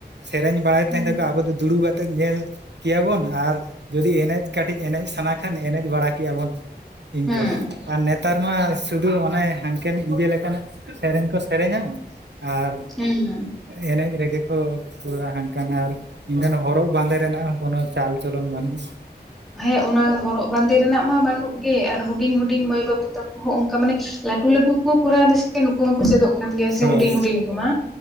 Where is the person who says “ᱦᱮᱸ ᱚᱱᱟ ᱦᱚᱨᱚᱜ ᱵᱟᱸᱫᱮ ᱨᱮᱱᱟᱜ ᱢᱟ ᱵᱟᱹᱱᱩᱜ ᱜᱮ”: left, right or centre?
Centre